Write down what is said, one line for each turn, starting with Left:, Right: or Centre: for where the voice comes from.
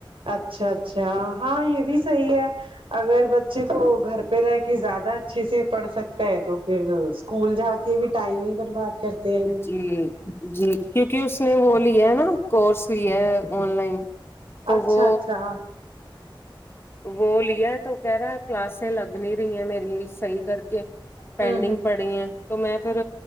Right: اچھا اچھا ہاں یہ بھی صحیح ہے اگر بچے کو گھر پہ رہ کے زیادہ اچھے سے پڑھ سکتا ہے تو پھر اسکول جا کے بھی ٹائم ہی برباد کرتے ہیں یہ
Left: جی جی کیونکہ اس نے وہ لیا ہے نا کورس لیا ہے ان لائن تو
Right: اچھا
Left: وہ
Right: اچھا
Left: وہ لیا تو کہہ رہا ہے کلاسیں لگ نہیں رہی ہیں میری صحیح کر کے
Right: ہوں
Left: پینڈنگ
Right: ہوں
Left: پڑ رہی ہیں تو میں پھر